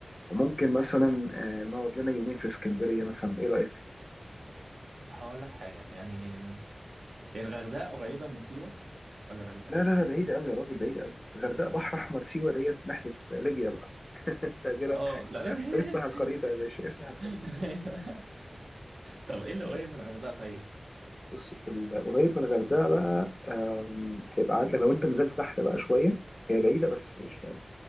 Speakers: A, on the left; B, on the right.
A: وممكن مثلا آه، نقعد لنا يومين في اسكندريه مثلا ايه رايك
B: هقول لك حاجه يعني هي الغردقه قريبه من سيوه ولا بعيده؟
A: لا لا لا بعيد قوي يا راجل بعيد قوي الغردقه بحر احمر سيوه ديت ناحيه ليبيا بقى <laughs> انت كده
B: اه لا لا <laughs>
A: افتح الخريطه يا باشا افتح الخريطه
B: ايوه طب ايه اللي
A: لا
B: قريب
A: لا
B: من الغردقه طيب؟
A: بص ال- قريب من الغردقه بقى أم، هيبقى عندك لو انت نزلت تحت بقى شويه هي بعيده بس مش بعيد